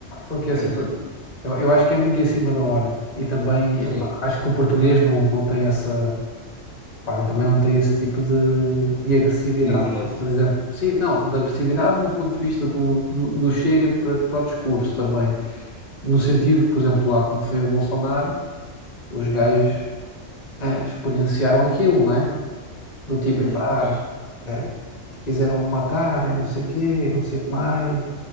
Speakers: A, on the left; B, on the left.
A: porque
B: quer
A: assim,
B: dizer, não-
A: eu, eu acho que é muito em cima da hora. E também epá,
B: sim,
A: acho que o português não, não tem essa, pá, não- também não tem esse tipo de, de agressividade.
B: de ignorância.
A: Porque, Por exemplo, sim, não, da agressividade no ponto de vista do, do, do chega para, para o discurso também. No sentido que, por exemplo, lá quando foi o Bolsonaro, os gajos eh, exponenciaram aquilo, né? Do tipo,
B: Uhum,
A: epá,
B: pois,
A: eh, quiseram me matar e não sei o quê, e não sei o que mais.